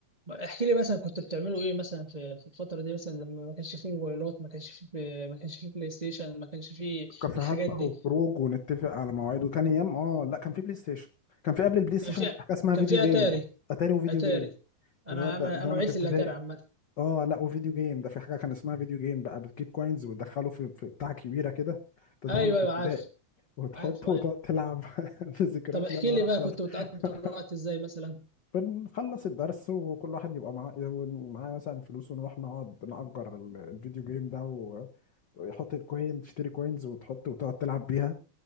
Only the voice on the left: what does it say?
كافيهات
بقى
وخروج ونتفق على مواعيد وكان ايام اه لا كان في بلاي ستيشن كان في قبل البلاي ستيشن
حاجه اسمها
فيديو
جيم
اتاري وفيديو
جيم
ده ده, ده,
ده
وانا
في ابتدائي
اه لا وفيديو جيم ده في حاجه كان اسمها فيديو جيم بقى بتجيب كوينز وتدخله في في بتاع كبيره كده ده
ده وانا في
ابتدائي
وتحطه
وتقعد تلعب <laughs> في ذكريات
يا نهار
ابيض
<laughs>
بنخلص الدرس وكل واحد بيبقى معاه معاه مثلا فلوس ونروح نقعد نأجر ال- الفيديو جيم ده و- ويحط الكوين تشتري كوينز وتحط وتقعد تلعب بيها